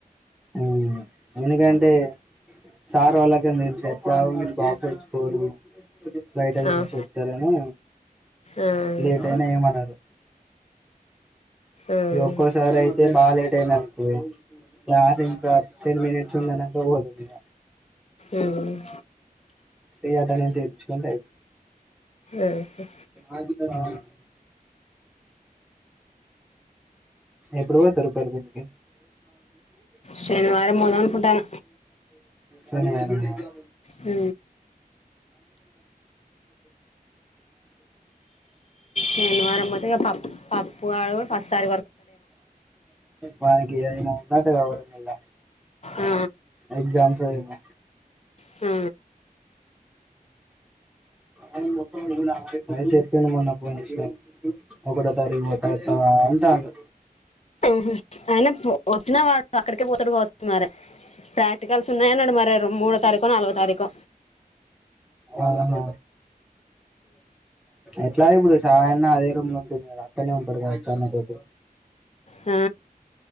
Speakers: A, in the centre; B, on the left.
A: ఉ ఎందుకంటే సార్ వాళ్లకు గాని చెప్ప మీరు బాక్స్ తెచ్చుకోరు బయట వెళ్లేసి
B: ఆ
A: వచ్చారేమో
B: ఆ
A: లేట్ అయిన ఏమనరు
B: ఆ ఉమ్
A: ఒక్కోసారి అయితే బాగ లేటై న్ది అనుకో క్లాస్ వింటా టెన్ మినిట్స్ ఉందనక పోదాం ఇక
B: ఉమ్
A: పోయి అటెండెన్స్ వేయించుకుంటే అయి
B: ఆహా
A: అది క రావాలనమాట ఎప్పుడు పోతారు పర్వింద్ కి
B: శనివారం పోదాం అనుకుంటాన
A: సరే అన్నయ్య
B: మ్ హమ్ వారం పోతే ఇక పప్పు వాడు ఫస్ట్ టైం
A: పనికి ఏమవుతాది వారం మల్ల
B: ఆ
A: ఎగ్జామ్ కి పోయి ఉన్న
B: హ
A: హమ్ అయితే చెప్తుంది. మొన్న ఫోన్ చేసి నాకు ఒకటో తారీఖు పోతే వస్తావా అంటారు
B: ఉహుమ్ ఆయన వచ్చిన వాడు అక్కడికే పోతాడు కావచ్చు మరి ప్రాక్టికల్స్ ఉన్నాయి అన్నాడు మరి మూడో తారీఖో నాలుగో తారీఖ్
A: ఆహా ఎట్లానె ఇప్పుడు సాయి అన్న అదే రూమ్ లో ఉంటుండు కదా అక్కడనే ఉంటుడు కదా చరణ్ తోటి
B: ఆ